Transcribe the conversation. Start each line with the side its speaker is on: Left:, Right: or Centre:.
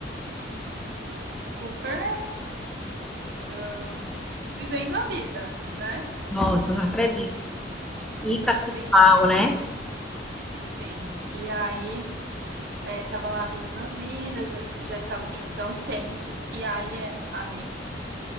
Right: super, ah, vivendo a vida, né?
Centre: Nossa, não acredito. E cara
Right: Sim,
Centre: de pau, né?
Right: sim. E aí, eh, tava lá vivendo a vida, já, já estavam juntos há um tempo, e aí, é, a amiga,